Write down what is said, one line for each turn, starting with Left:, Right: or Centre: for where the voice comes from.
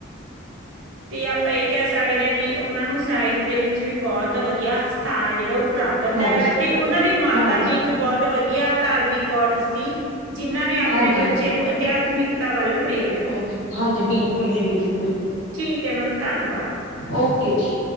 Right: ਤੇ ਆਪਾਂ ਇਹ ਕਹਿ ਸਕਦੇ ਹਾਂ ਵੀ, ਉਹਨਾਂ ਨੂੰ ਸਾਹਿਤ ਦੇ ਵਿੱਚ ਵੀ ਬਹੁਤ ਵਧੀਆ ਸਥਾਨ ਹੈ ਜਿਹੜਾ ਉਹ ਪ੍ਰਾਪਤ
Left: ਹਾਂਜੀ,
Right: ਹੈਗਾ, ਤੇ ਉਹਨਾਂ ਦੀ ਮਾਤਾ
Left: ਹਾਂਜੀ।
Right: ਵੀ ਇੱਕ ਬਹੁਤ ਵਧੀਆ ਧਾਰਮਿਕ ਔਰਤ ਸੀ ਜਿਨਾਂ ਨੇ ਆਪਣੇ
Left: ਹਾਂਜੀ,
Right: ਬੱਚੇ ਨੂੰ ਅਧਿਆਤਮਿਕਤਾ ਵੱਲ ਪ੍ਰੇਰਿਆ।
Left: ਹਾਂਜੀ, ਹਾਂਜੀ ਬਿਲਕੁਲ ਜੀ ਬਿਲਕੁਲ
Right: ਠੀਕ ਹੈ ਮੈਮ ਧੰਨਵਾਦ।
Left: ਓਕੇ ਜੀ।